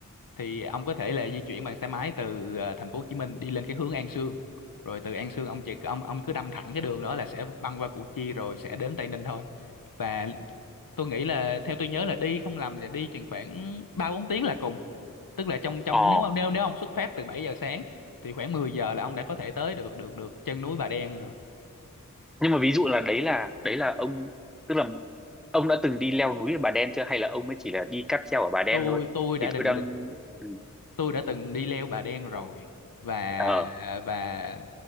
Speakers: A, on the left; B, in the centre.
A: thì ông có thể là di chuyển bằng xe máy từ ờ, thành phố Hồ Chí Minh đi lên cái hướng An Sương rồi từ An Sương ông chỉ ông ông cứ đâm thẳng cái đường đó là sẽ băng qua Củ Chi rồi sẽ đến Tây Ninh thôi và tôi nghĩ là theo tôi nhớ là đi không lầm là đi chừng khoảng ba bốn tiếng là cùng tức là trong trong
B: ờ
A: nếu ông nếu nếu ông xuất phát từ 7 giờ sáng thì khoảng 10 giờ là ông đã có thể tới được được được chân núi Bà Đen rồi
B: nhưng mà ví dụ là đấy là đấy là ông tức là ông đã từng đi leo núi ở Bà Đen chưa hay là ông mới chỉ là đi cáp treo ở Bà Đen
A: tôi
B: thôi
A: tôi đã
B: thì
A: từng
B: tôi đang
A: được
B: ừ.
A: tôi đã từng đi leo Bà Đen rồi và
B: ờ
A: à, và